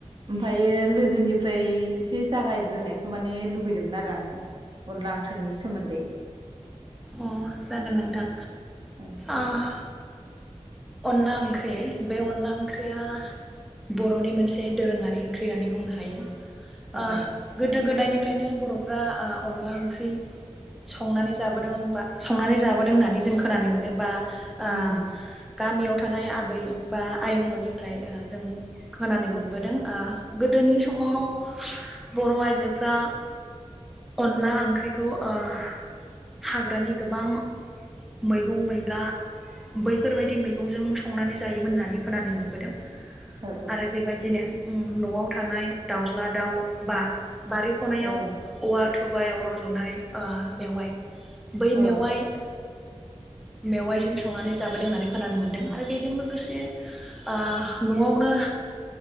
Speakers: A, on the right; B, in the centre.
A: ओमफायो लोगोनिफ्राय एसे जागायग्रोनायखौ माने लुगैदोंमोन आरो आङो अनला ओंख्रिनि सोमोन्दै
B: अ जागोन नोंथां
A: ओ
B: ओह अनला ओंख्रि बे अनला ओंख्रिया बर'नि मोनसे दोरोङारि ओंख्रि होननानै बुंनो हायो।
A: ओ
B: ओह गोदो गोदायनि निफ्रायनो बर'फ्रा अनला ओंख्रि संनानै जाबोदों बा संनानै जाबोदों होननानै जों खोनानो मोनो बा आ
A: उम
B: गामियाव थानाय आबै बा आयंमोननिफ्राय ओ जों खोनानो मोनबोदों आह गोदोनि समाव बर' आइजोफ्रा अनला ओंख्रिखौ ओह हाग्रानि गोबां मैगं मैला बैफोरबायदि मै जों संनानै जायोमोन होननानै खोनानो मोनबोदों
A: औ
B: आरो बेबायदिनो उम न'आव थानाय दाउज्ला दाउ बा बारि खनायाव
A: ओ
B: औवा थुबाय अ रज'नाय ओ मेवाइ बै
A: ओ औ
B: मेवाइ मेवाइजों संनानै जाबोदों होननानै खोनानो मोन्दों आरो बेजों लोगोसे ओ न'आवनो